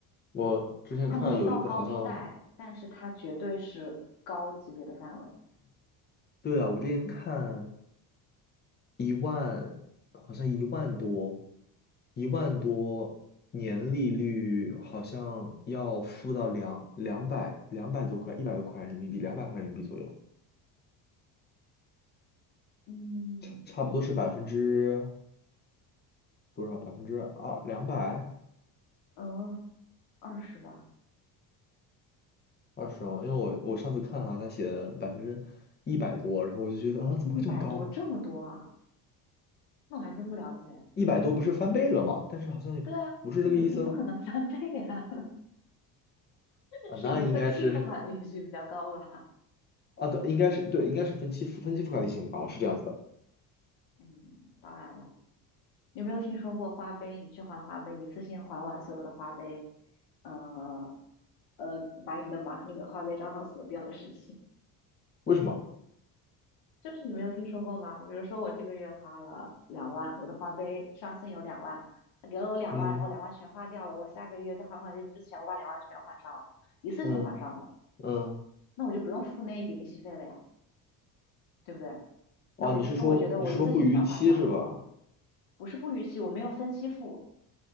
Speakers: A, on the left; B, on the left.
A: 我之前看有一个好像，
B: 它没有到高利贷，但是它绝对是高级别的范围。
A: 对啊，我之前看。一万，好像一万多，一万多年利率好像要付到两两百两百多块，一百多块人民币，两百块人民币左右，
B: 嗯，
A: 差差不多是百分之多少？百分之二两百
B: 呃，二十吧，
A: 二十哦，因为我我上次看啊，他写的百分之一百多，然后我就觉得啊，怎么会这么高啊？
B: 一百多，这么多啊？那我还真不了解。
A: 一百多不是翻倍了吗？但是好像也不是这个意思啊，
B: 对啊，你你不可能翻倍啊，<laughs>
A: 啊那应该是
B: 是你的分期付款利息比较高吧？
A: 啊，对，应该是对，应该是分期付分期付款利息很高，是这样子的，
B: <laughs> 嗯，当然了，你有没有听说过花呗？你去还花呗，一次性还完所有的花呗，呃呃，把你的把那个花呗账号锁掉的事情。
A: 为什么？
B: 就是你没有听说过吗？比如说我这个月花了两万，我的花呗上限有两万，他给了我两万，
A: 嗯。
B: 然后两万全花掉了。我下个月在还款日之前，我把两万全还上了，一次性还上的，
A: 嗯嗯，
B: 那我就不用付那一笔利息费了呀，对不对？
A: 哦，
B: 那我那我觉得我一次性全还上，
A: 你是说你是说不逾期是吧？
B: 不是不逾期，我没有分期付，